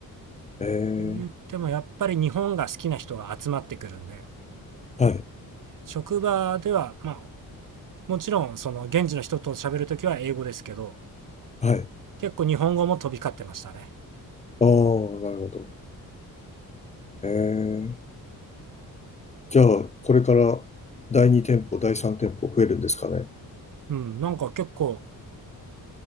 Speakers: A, on the left; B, on the right.
A: ええ、
B: って言ってもやっぱり日本が好きな人が集まってくるんで、
A: はい、
B: 職場では、まあ、もちろん、その、現地の人と喋るときは英語ですけど、
A: はい。
B: 結構日本語も飛び交ってましたね。
A: ああ、なるほど。ええ。じゃあ、これから第2店舗、第3店舗増えるんですかね。
B: うん、なんか結構、